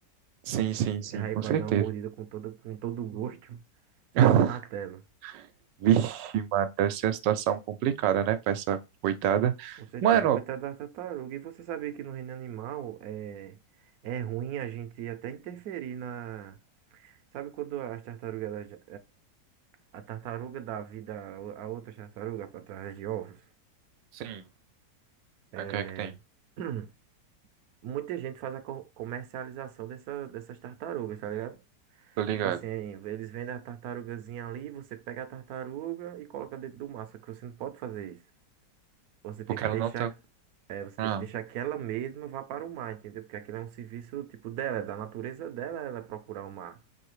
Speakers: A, on the right; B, on the right.
A: Sim, sim, sim,
B: Você vai
A: com
B: vai
A: certeza.
B: dar uma mordida com todo, com todo o gosto <laughs> e
A: <laughs>
B: é um martelo.
A: Vixe, mano, deve ser uma situação complicada, né? Pra essa coitada.
B: Com certeza.
A: Mano,
B: Coitada da tartaruga. E você sabia que no reino animal é, é ruim a gente até interferir na. Sabe quando as tartarugas, elas já- a tartaruga dá vida a a outra tartaruga através de ovos?
A: sim,
B: É,
A: o que é que tem?
B: <clears throat> Muita gente faz a co- comercialização dessa, dessas tartarugas, tá ligado?
A: Tô ligado.
B: Tipo assim, eles vendem a tartarugazinha ali, você pega a tartaruga e coloca dentro do mar, só que você não pode fazer isso. Você tem
A: Porque
B: que
A: ela
B: deixar,
A: não tá.
B: é, você
A: Ah,
B: tem que deixar que ela mesma vá para o mar, entendeu? Porque aquilo é um serviço tipo dela, é da natureza dela ela procurar o mar.